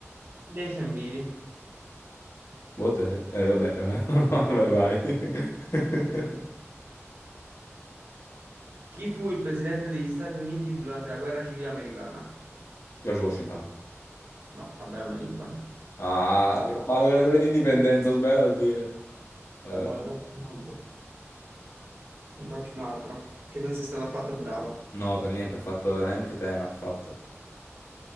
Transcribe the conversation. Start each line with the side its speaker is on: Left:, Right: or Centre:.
Right: I Decemviri.
Left: What the hell? Eh, vabbè, eh, <laughs> vai, vai. <laughs>
Right: Chi fu il presidente degli Stati Uniti durante la guerra civile americana?
Left: George Washington.
Right: No, Abraham Lincoln.
Left: Ah, che palle quella quella di indipendenza, ho sbagliato a dire. Eh,
Right: Dai,
Left: vabbè.
Right: mo ne faccio un altro. Ne faccio un altro, che non sei stato affatto bravo.
Left: No, per niente, ha fatto veramente pena, ha fatto.